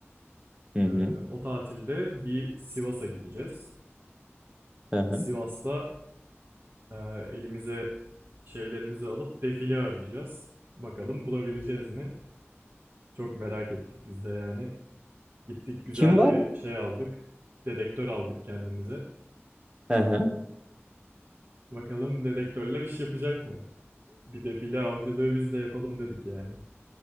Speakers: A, on the right; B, on the right.
A: <laughs> Hı hı.
B: Ee, o tatilde bir Sivas'a gideceğiz.
A: Hı hı.
B: Sivas'ta Ee, elimize şeylerimizi alıp defile arayacağız. Bakalım bulabileceğiz mi? Çok merak ettik biz de yani. Gittik güzel
A: Kim var?
B: bir şey aldık. Dedektör aldık kendimize.
A: Hı hı.
B: Bakalım dedektörler iş yapacak mı? Bir defile avcılığı biz de yapalım dedik yani.